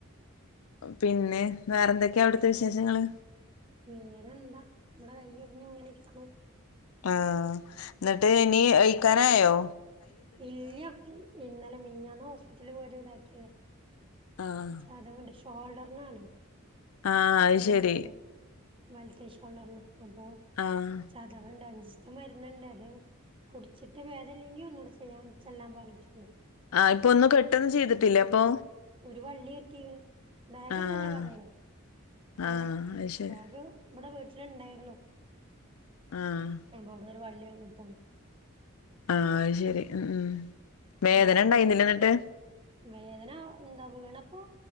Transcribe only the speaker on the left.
പിന്നെ വേറെന്തൊക്കെ അവ്ട്ത്തെ വിശേഷങ്ങള്
ആഹ്. ന്ന്ട്ട് ഇനി അഴിക്കാനായോ?
ആഹ്
ആഹ് അത്
ശരി
ആഹ്
ആഹ് ഇപ്പൊ ഒന്നും കെട്ടൊന്നും ചെയ്തിട്ടില്ല അപ്പൊ?
ആഹ്
ആഹ്
അത് ശരി
ആഹ്
ആഹ് അയ് ശരി ഉം ഉം വേദന
ഉണ്ടായിരുന്നില്ലേ എന്നിട്ട്